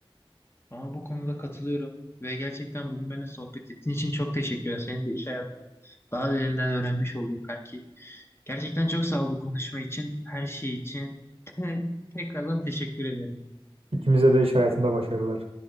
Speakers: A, on the left; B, on the right.
A: Ama bu konuda katılıyorum ve gerçekten bugün benimle sohbet ettiğin için çok teşekkür ederim. Senin de iş hayatını daha derinden öğrenmiş oldum kanki. Gerçekten çok sağ ol bu konuşma için, her şey için. <laughs> Tekrardan teşekkür ederim.
B: İkimize de iş hayatında başarılar.